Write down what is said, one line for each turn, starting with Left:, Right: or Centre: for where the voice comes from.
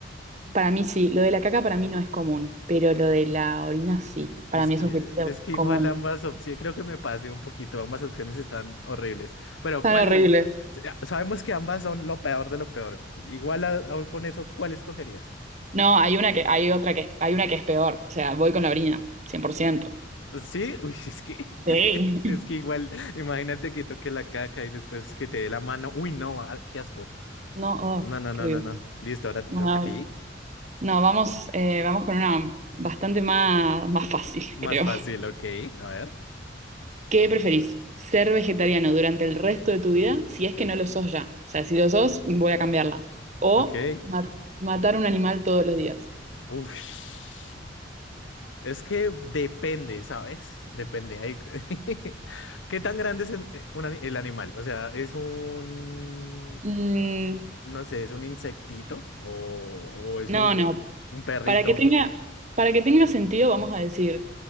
Right: Para mí sí, lo de la caca para mí no es común, pero lo de la orina sí.
Left: Es
Right: Para mí
Left: que,
Right: es un fetiche
Left: es que igual
Right: común.
Left: ambas opciones, creo que me pasé un poquito, ambas opciones están horribles. Pero
Right: Tan
Left: ¿cuál?
Right: horribles.
Left: s- ya, Sabemos que ambas son lo peor de lo peor. Igual a- aún con eso, ¿cuál escogerías?
Right: No, hay una que, hay otra que, hay una que es peor. O sea, voy con la orina, 100%.
Left: Sí, uy, es que,
Right: Sí.
Left: <laughs> es
Right: <laughs>
Left: que igual, imagínate que toque la caca y después que te dé la mano. Uy, no, ah, qué asco.
Right: No, oh,
Left: No, no,
Right: por
Left: no,
Right: Dios.
Left: no, no. Listo, ahora te
Right: No,
Left: toca a ti.
Right: No, vamos, eh, vamos con una bastante más, más fácil,
Left: Más
Right: <laughs> creo.
Left: fácil, ok. A ver,
Right: ¿Qué preferís? ¿Ser vegetariano durante el resto de tu vida? Si es que no lo sos ya. O sea, si lo sos, voy a cambiarla. O
Left: ok.
Right: ma- matar un animal todos los días.
Left: Uf. Es que depende, ¿sabes? Depende. Hay... <laughs> ¿Qué tan grande es el, eh, un ani- el animal? O sea, ¿es un,
Right: Mm,
Left: no sé, es un insectito o, o es
Right: no,
Left: un,
Right: no.
Left: un perrito?
Right: Para que tenga, para que tenga sentido, vamos a decir,